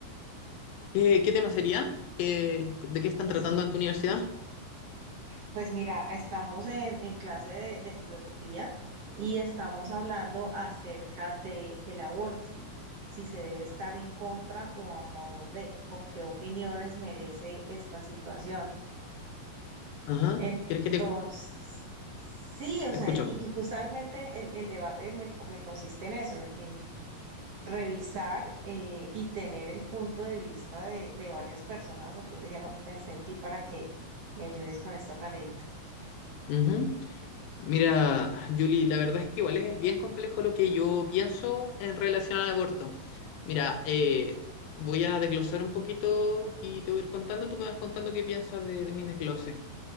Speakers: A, on the left (about 75°); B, on the right (about 55°).
A: ¿Qué, qué tema sería? ¿Qué- de qué están
B: Pues
A: tratando en tu universidad?
B: Pues mira, estamos en, en clase de, de filosofía y estamos hablando acerca de el aborto, si se debe estar en contra o a favor de, o qué opiniones merece esta situación.
A: Ajá,
B: Entonces,
A: ¿quieres que te,
B: sí, o
A: te
B: sea,
A: escucho?
B: y, y justamente el, el debate me, co- me consiste en eso, en, en revisar eh, y tener el punto de vista de, de varias personas. Entonces dije, no, pensé en ti para que me ayudes con esta tareita.
A: Ujú. Mira, Julie, la verdad es que igual es bien complejo lo que yo pienso en relación al aborto. Mira, eh, voy a desglosar un poquito y te voy a ir contando, tú me vas contando qué piensas de, de mis desgloses.